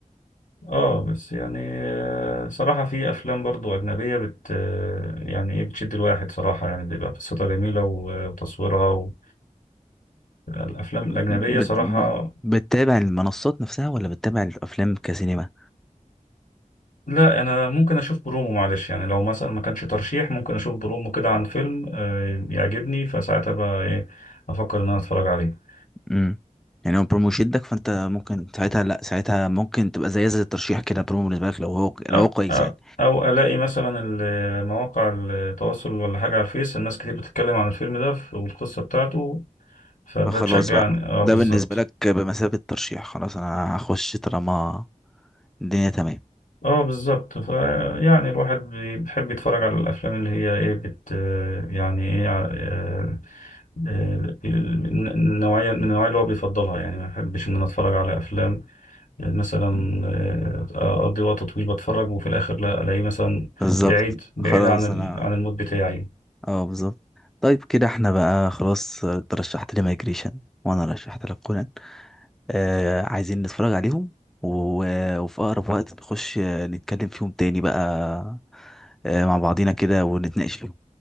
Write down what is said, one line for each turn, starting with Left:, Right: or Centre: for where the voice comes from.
Left: اه بس يعني آه، صراحة في أفلام برضو أجنبية بت آه، يعني إيه بتشد الواحد صراحة يعني بيبقى قصتها جميلة و- وتصويرها و... الأفلام الأجنبية
Centre: بت...
Left: صراحة
Centre: ب- بتتابع المنصات نفسها ولا بتتابع الافلام كسينما
Left: لا أنا ممكن أشوف برومو معلش يعني لو مثلا ما كانش ترشيح ممكن أشوف برومو كده عن فيلم آه، يعجبني فساعتها بقى إيه أفكر إن أنا أتفرج عليه
Centre: امم يعني هو برومو شدك فانت ممكن ساعتها لا ساعتها ممكن تبقى زي زي الترشيح كده برومو بالنسبة لك لو هو لو
Left: أ-
Centre: هو كويس
Left: أ-
Centre: يعني
Left: أو ألاقي مثلا ال- مواقع التواصل ولا حاجة على الفيس الناس كتير بتتكلم عن الفيلم ده ف- والقصة بتاعته فده
Centre: فخلاص
Left: تشجعني
Centre: بقى
Left: اه بالظبط
Centre: ده بالنسبة لك بمثابة ترشيح خلاص انا هخش طالما الدنيا تمام
Left: اه بالظبط ف يعني الواحد بي- بيحب يتفرج على الافلام اللي هي ايه بت يعني ايه ع- آه، آه، ال- النوعيه من النوعيه اللي هو بيفضلها يعني ما بحبش ان انا اتفرج على افلام يعني مثلا
Centre: مم.
Left: آه، اقضي وقت طويل بتفرج وفي الاخر لا الاقيه مثلا
Centre: بالظبط
Left: بعيد بعيد
Centre: خلاص
Left: عن ال-
Centre: انا
Left: عن المود بتاعي
Centre: اه بالظبط طيب كده احنا بقى خلاص آه، ترشحت لي مايجريشن وانا رشحت لك كونان آه عايزين نتفرج عليهم و- وفي اقرب وقت نخش آه، نتكلم فيهم تاني بقى آه مع بعضينا كده ونتناقش فيهم